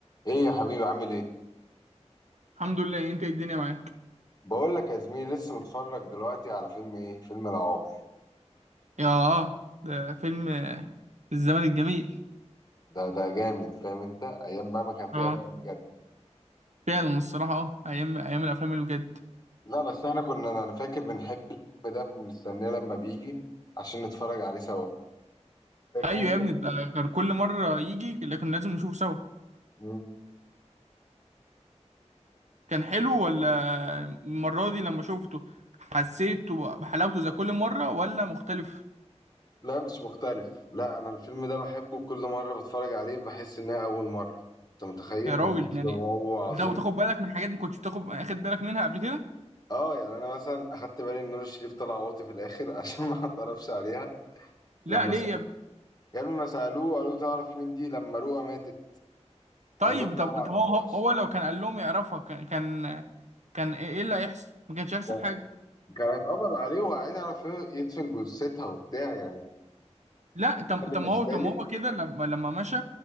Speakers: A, on the left (about 35°); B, on the right (about 75°).
A: ايه يا حبيبي عامل ايه
B: الحمد لله انت ايه الدنيا معاك
A: بقول لك يا زميلي لسه متفرج دلوقتي على فيلم ايه فيلم العار
B: ياه ده فيلم آه، الزمن الجميل
A: ده ده جامد فاهم انت ايام بقى ما كان فيه
B: اه
A: افلام بجد
B: فعلا الصراحة اه ايام ايام الافلام اللي بجد
A: لا بس احنا كنا انا أنا فاكر بنحب الفيلم ده بنستناه لما بيجي عشان نتفرج عليه سوا فاكر
B: ايوه
A: انت
B: يا ابني ده كان كل مرة يجي اللي كنا لازم نشوفه سوا
A: مم.
B: كان حلو ولا المرة دي لما شوفته حسيته بحلاوته زي كل مرة ولا مختلف
A: لا مش مختلف لا انا الفيلم ده بحبه كل مره بتفرج عليه بحس انها اول مره انت متخيل
B: يا
A: من
B: راجل
A: كتر
B: يعني
A: ما هو عظيم
B: لو تاخد بالك من حاجات ما كنتش بتاخد اخد بالك منها قبل كده
A: اه يعني انا مثلا اخدت بالي ان نور الشريف طلع واطي في الاخر <laughs> عشان ما اعترفش عليها لما
B: لا ليه
A: سألوه
B: يا ابني
A: يا ابني ما سألوه قالوا تعرف مين دي لما رؤى ماتت
B: طيب
A: قال لهم لا
B: طب
A: ما اعرفهاش
B: طب هو هو هو لو كان قال لهم يعرفها كان كان كان ايه اللي هيحصل ما كانش هيحصل
A: كان-
B: حاجة
A: كانت قبض عليه وعايز يعرف يدفن جثتها وبتاع يعني
B: لا طب
A: انا بالنسبة
B: طب ما هو طب
A: لي
B: ما هو كده لما لما مشى